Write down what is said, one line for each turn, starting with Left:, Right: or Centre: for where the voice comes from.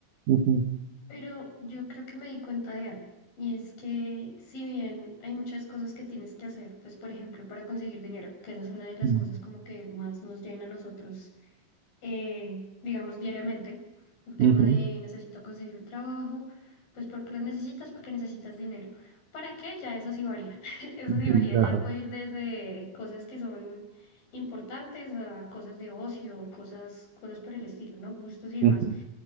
Right: ujú,
Left: Pero yo creo que me di cuenta de algo, y es que si bien hay muchas cosas que tienes que hacer, pues por ejemplo para conseguir dinero, que esa es una de las
Right: ujú,
Left: cosas como que más nos llena a nosotros, eh, digamos diariamente, el tema
Right: ujú,
Left: de necesito conseguir un trabajo, pues porque lo necesitas, porque necesitas dinero. ¿Para qué? Ya eso sí varía, <laughs> eso
Right: ujú,
Left: sí varía, ya
Right: Ajá.
Left: puede ir desde cosas que son importantes a cosas de ocio, cosas, cosas por el estilo, ¿no? Gustos y demás.
Right: ujú,